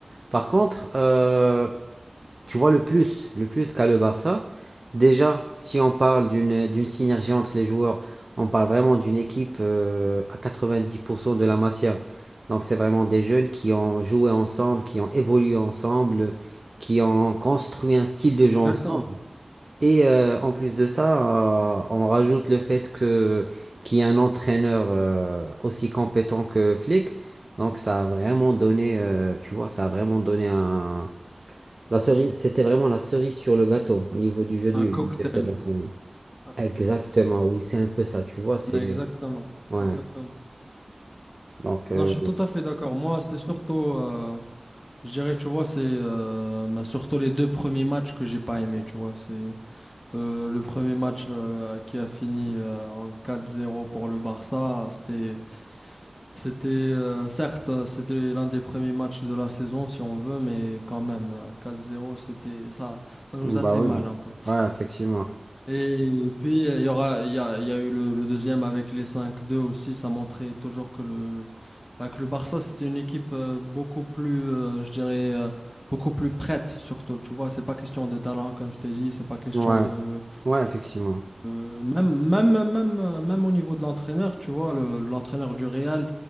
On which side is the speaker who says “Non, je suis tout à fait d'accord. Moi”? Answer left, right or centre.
Left